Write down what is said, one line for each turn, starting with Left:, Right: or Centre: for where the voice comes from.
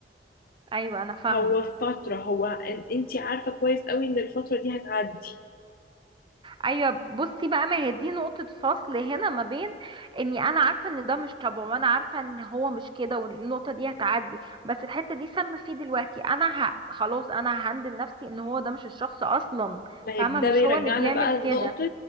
Right: ايوه انا فاهمة
Left: هو فترة هو ان- انتي عارفة كويس قوي ان الفترة دي هتعدي
Right: ايوه بصي بقى ما هي دي نقطة فصل هنا ما بين اني انا عارفة ان ده مش طبعه وانا عارفة ان هو مش كده والنقطة دي هتعدي بس الحتة دي سامة فيه دلوقتي انا ه... خلاص انا ههندل نفسي ان هو ده مش الشخص اصلا
Left: ما هي
Right: فاهمة
Left: ده
Right: مش
Left: بيرجعنا
Right: هو اللي بيعمل
Left: بقى
Right: كده
Left: لنقطة